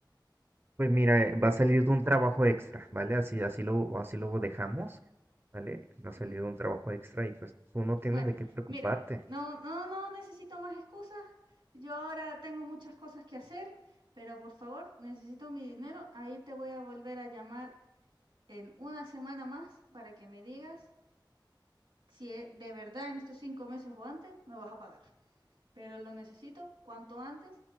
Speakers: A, on the right; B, on the right.
A: Pues mira, eh, va a salir de un trabajo extra, ¿vale? Así, así lo, así lo dejamos, ¿vale? Va a salir
B: Mm,
A: de un trabajo extra y pues tú no tienes
B: Bueno,
A: de qué preocuparte.
B: mira, no, no, no necesito más excusas. Yo ahora tengo muchas cosas que hacer, pero por favor, necesito mi dinero. Ahí te voy a volver a llamar en una semana más para que me digas si e- de verdad en estos cinco meses o antes me vas a pagar, pero lo necesito cuanto antes,